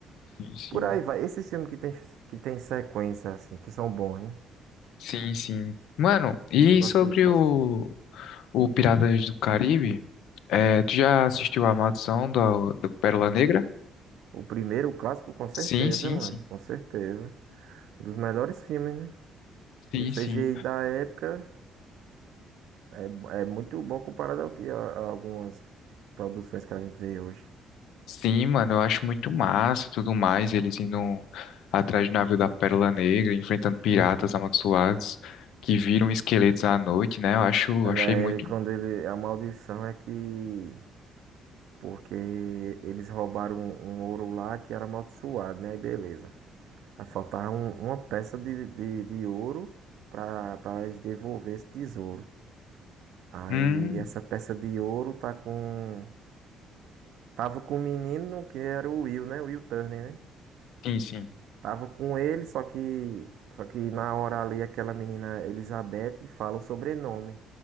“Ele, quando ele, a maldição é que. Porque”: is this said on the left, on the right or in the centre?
Right